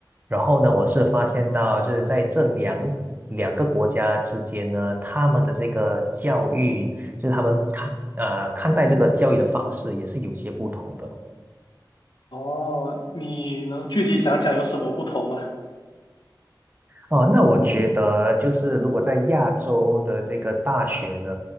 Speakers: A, on the right (about 25°); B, on the left (about 75°).
A: 然后呢，我是发现到就是在这两两个国家之间呢，他们的这个教育，就是他们看呃看待这个教育的方式也是有些不同的。
B: 哦，你能具体讲讲有什么不同吗？
A: 哦，那我觉得就是如果在亚洲的这个大学呢，